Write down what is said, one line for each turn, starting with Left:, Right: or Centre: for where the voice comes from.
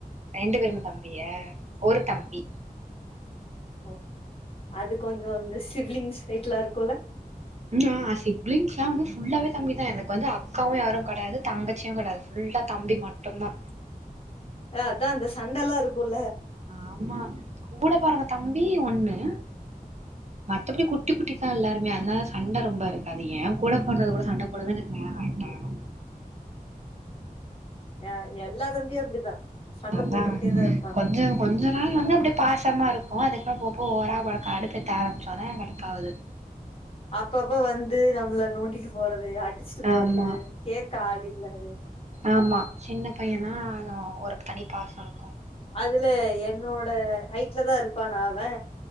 Right: ரெண்டு பேருமே தம்பியா ஒரு தம்பி
Left: ஒ அது கொஞ்ச இந்த சிவலிங்ஸ் சைட்லா இருக்கும்ல
Right: ம் ஆ சிப்லிங்ஸ்னா வந்து ஃபுல்லாவே தம்பி தா எனக்கு வந்து அக்காவு யாரு கெடையாது தங்கச்சியு கெடையாது வில்லா தம்பி மட்டுதா
Left: அ அதா அந்த சண்டல்லா இருக்குல
Right: ஆமா கூட போறந்த தம்பி ஒன்னு மத்தபடி குட்டி குட்டி தா எல்லாருமே அதனால சண்ட ரொம்ப இருக்காது ஏன் கூட போடுறது கூட சண்ட போடதன எனக்கு நேரம் கரெக்ட்டாருக்கு
Left: அ எல்லா தம்பியு அப்டிதா சண்ட
Right: அதா
Left: போட்டுக்கிட்டே தா இருப்பாங்க
Right: கொஞ்சோ கொஞ்சோ நாள் வந்து அப்டி பா கத்தமா இருக்கு அதுக்குப்பற போ போ ஓவரா பழக்க அடுத்தடுத்து ஆரம்பிச்சோனே கடுப்பாவ்து
Left: அப்பப்ப வந்து நம்மள நோண்டிட்டு போறது அடிச்சுட்டு போறது
Right: ஆமா
Left: கேக்க ஆள் இல்லது
Right: ஆமா சின்ன பையனா அதுவு ஒரு தனி பாச இருக்கு
Left: அதுல என்னோட ஹைட்லதா இருப்பானா அவ